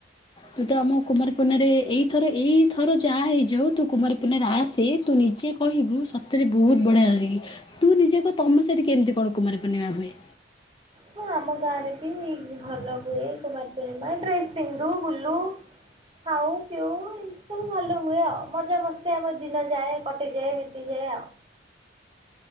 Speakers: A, on the left (about 25°); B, on the right (about 30°).
A: ତୁ ତ ଆମ କୁମାରୀପୂର୍ଣାରେ ଏଇଥର ଏଇଥର ଯାହା ହେଇଯାଉ ତୁ କୁମାରୀପୂର୍ଣରେ ଆସେ ତୁ ନିଜେ କହିବୁ ସତରେ ବହୁତ ବଢିଆ ଲ କି ତୁ ନିଜକୁ ତମ ସହିଠ କେମିତି କଣ କୁମାର ପୂର୍ଣ୍ଣିମା ହୁଏ?
B: ହଁ ଆମ ଗାଁରେ ବି ଭଲ ହୁଏ କୁମାର ପୂର୍ଣ୍ଣିମା। ଡ୍ରେସ୍ ପିନ୍ଧୁ ବୁଲୁ ଖାଉ ପିଉ ଏ ସବୁ ଭଲ ହୁଏ ଆଉ। ମଜା ମସ୍ ଆମ ଦିନ ଯାଏ କଟିଯାଏ ବିତିଯାଏ ଆଉ।